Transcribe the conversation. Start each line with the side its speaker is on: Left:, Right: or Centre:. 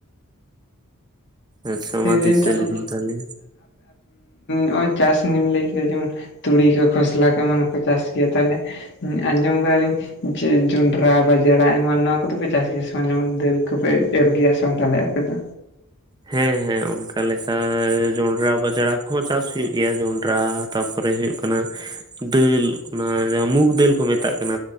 Right: ᱟᱪᱪᱷᱟ
Left: ᱞᱟᱹᱭ
Right: ᱢᱟ ᱫᱤᱥᱟᱹ
Left: ᱫᱟᱹᱧ ᱛᱟᱦᱚᱞᱮ
Right: ᱞᱤᱵᱤᱱ ᱛᱟᱦᱟᱞᱮ
Left: ᱱᱚᱜᱼᱚᱭ ᱪᱟᱥ ᱱᱤᱭᱟᱹᱢ ᱞᱟᱹᱭ ᱠᱮᱫᱟ ᱡᱮᱢᱚᱱ ᱛᱩᱲᱤ ᱠᱚ ᱠᱷᱚᱥᱞᱟ ᱠᱚ ᱮᱢᱟᱱ ᱠᱚ ᱪᱟᱥ ᱜᱮᱭᱟ ᱛᱟᱦᱚᱞᱮ ᱟᱸᱡᱚᱢ ᱠᱟᱫᱟᱞᱤᱧ ᱡᱮ ᱡᱚᱱᱰᱨᱟ ᱵᱟᱡᱲᱟ ᱮᱢᱟᱱ ᱱᱚᱣᱟ ᱠᱚᱫᱚ ᱯᱮ ᱪᱟᱥ ᱜᱮᱭᱟ ᱥᱮ ᱵᱟᱝ ᱡᱮᱢᱚᱱ ᱫᱟᱹᱞ ᱠᱚᱯᱮ ᱮᱨ ᱜᱮᱭᱟ ᱥᱮ ᱵᱟᱝ ᱛᱟᱦᱞᱮ ᱟᱯᱮ ᱫᱚ?
Right: ᱦᱮᱸ ᱦᱮᱸ ᱚᱱᱠᱟ ᱞᱮᱠᱟ ᱡᱚᱱᱰᱨᱟ ᱵᱟᱡᱲᱟ ᱦᱚᱸ ᱪᱟᱥ ᱦᱩᱭᱩᱜ ᱜᱮᱭᱟ ᱡᱚᱱᱰᱨᱟ ᱛᱟᱯᱚᱨᱮ ᱦᱩᱭᱩᱜ ᱠᱟᱱᱟ ᱾ ᱫᱟᱹᱞ ᱚᱱᱟ ᱢᱩᱜᱽ ᱫᱟᱹᱞ ᱠᱚ ᱢᱮᱛᱟᱜ ᱠᱟᱱᱟ